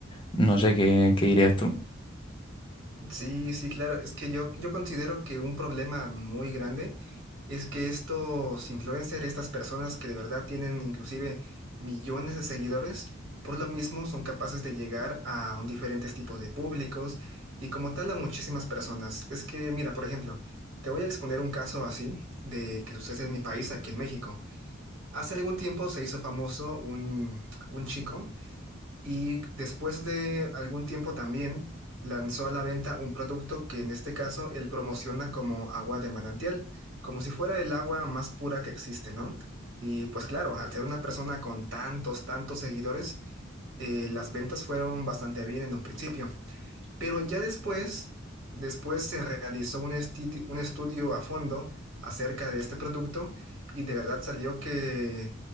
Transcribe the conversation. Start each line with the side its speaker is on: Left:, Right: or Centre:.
Left: No sé qué, qué dirías tú.
Right: Sí, sí, claro, es que yo, yo considero que un problema muy grande Es que estos influencers, estas personas que de verdad tienen inclusive millones de seguidores, por lo mismo son capaces de llegar a un diferentes tipos de públicos y como tal a muchísimas personas. Es que, mira, por ejemplo, te voy a exponer un caso así de que sucede en mi país, aquí en México. Hace algún tiempo se hizo famoso un, un chico y después de algún tiempo también lanzó a la venta un producto que en este caso él promociona como agua de manantial, como si fuera el agua más pura que existe, ¿no? Y pues claro, al ser una persona con tantos, tantos seguidores, eh, las ventas fueron bastante bien en un principio. Pero ya después, después se realizó un estudio, un estudio a fondo acerca de este producto y de verdad salió que,